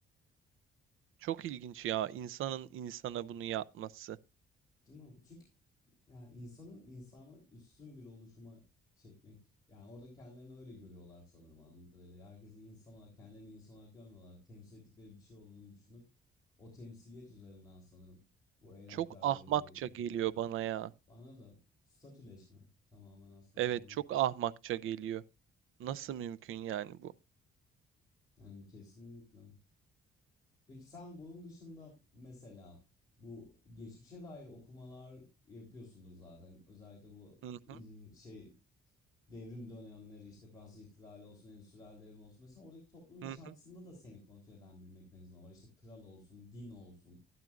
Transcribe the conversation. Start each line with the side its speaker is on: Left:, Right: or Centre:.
Right: Çok ilginç ya insanın insana bunu yapması.
Left: Değil mi? Çünkü yani insanın insanı üstün bir oluşuma çekmek. Yani orada kendilerini öyle görüyorlar sanırım anladığım kadarıyla. Herkesi insan olarak, kendilerini insan olarak görmüyorlar. Temsil ettikleri bir şey olduğunu düşünüp o temsiliyet üzerinden sanırım bu eylem
Right: Çok
Left: kararları
Right: ahmakça
Left: veriliyor gibi geliyor.
Right: geliyor bana ya.
Left: Bana da statüleşme tamamen aslında
Right: Evet,
Left: problem.
Right: çok ahmakça geliyor. Nasıl mümkün yani bu?
Left: Yani kesinlikle. Peki sen bunun dışında mesela bu geçmişe dair okumalar yapıyorsundur zaten. Özellikle bu
Right: Hı
Left: e,
Right: hı
Left: şey devrim dönemleri işte Fransız İhtilali olsun, Endüstriyel Devrim olsun. Mesela oradaki toplum yaşantısında
Right: hı hı.
Left: da seni kontrol eden bir mekanizma var. İşte kral olsun, din olsun.